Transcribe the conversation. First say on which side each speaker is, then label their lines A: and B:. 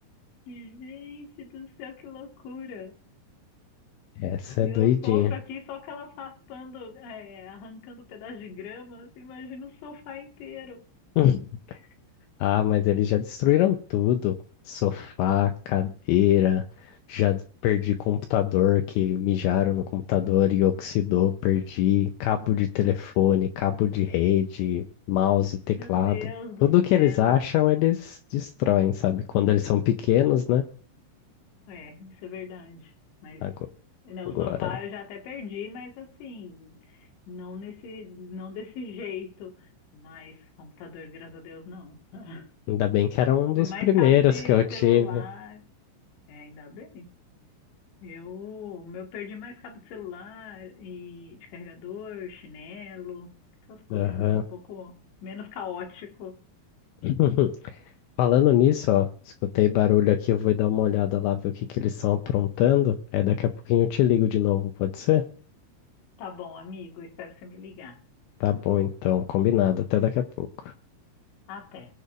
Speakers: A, on the left (about 65°); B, on the left (about 80°).
A: Gente do céu, que loucura!
B: Essa
A: Eu
B: é doidinha.
A: sofro aqui só com elas raspando, é, arrancando pedaço de grama. assim, Imagina o sofá inteiro.
B: <laughs> Ah, mas eles já destruíram tudo. Sofá, cadeira,
A: No-
B: já perdi computador que mijaram no computador e oxidou, perdi cabo de telefone, cabo de rede, mouse, teclado.
A: Meu Deus do
B: Tudo que
A: céu!
B: eles acham, eles destroem, sabe? Quando eles são pequenos, né?
A: É, isso é verdade. Mas
B: Ago-
A: né,
B: Agora,
A: o sofá eu já até perdi, mas assim, não nesse, não desse <laughs> jeito. Mas computador, graças a Deus, não. <laughs>
B: ainda bem que era um dos
A: Foi mais
B: primeiros
A: cabo de
B: que eu tive.
A: celular. É, ainda bem. Eu, meu, perdi mais cabo de celular e de carregador, chinelo, essas coisas,
B: Aham.
A: um pouco menos caótico.
B: <laughs> Falando nisso, ó, escutei barulho aqui, eu vou dar uma olhada lá, ver o que que eles estão aprontando. Aí daqui a pouquinho eu te ligo de novo, pode ser?
A: Tá bom, amigo, espero você me ligar.
B: Tá bom, então, combinado. Até daqui a pouco.
A: Até.